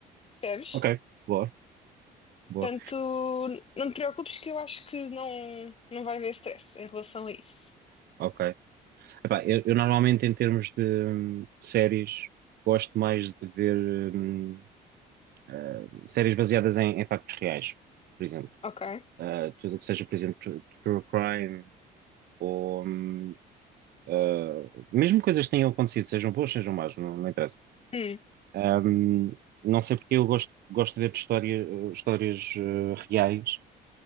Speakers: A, on the left; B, on the right.
A: percebes?
B: Ok. Boa.
A: Portanto,
B: Boa,
A: não te preocupes que eu acho que não, não vai haver stress em relação a isso.
B: ok. Epá, eu, eu normalmente, em termos de, hum, de séries, gosto mais de ver hum, ah, séries baseadas em, em factos reais, por exemplo.
A: Ok?
B: Ah, tudo o que seja, por exemplo, tru- true crime ou hum, ah, mesmo coisas que tenham acontecido, sejam boas, sejam más, não, não interessa.
A: Hum,
B: Ahm, não sei porque eu gosto, gosto de ver de história- histórias ah, reais.